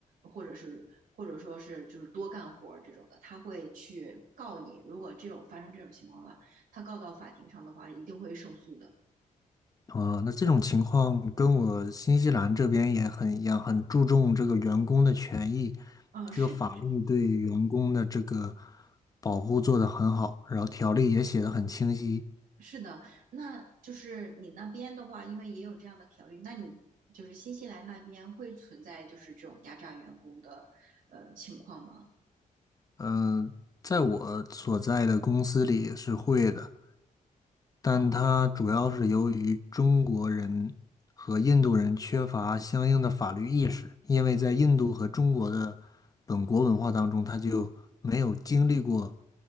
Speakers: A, on the right (about 80°); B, on the left (about 25°).
A: 或者是或者说是就是多干活儿这种的，他会去告你。如果这种发生这种情况的话，他告到法庭上的话，一定会胜诉的。
B: 啊，那这种情况跟我新西兰这边也很一样，很注重这个员工的权益，
A: 嗯，
B: 这个法律对员工的这个
A: 是
B: 保护做得很好，然后条例也写得很清晰。
A: 是的，那就是你那边的话，因为也有这样的条例，那你就是新西兰那边会存在就是这种压榨员工的呃情况吗？
B: 嗯、在我所在的公司里是会的。但它主要是由于中国人和印度人缺乏相应的法律意识，
A: 哦
B: 因为在印度和中国的本国文化当中，他就没有经历过，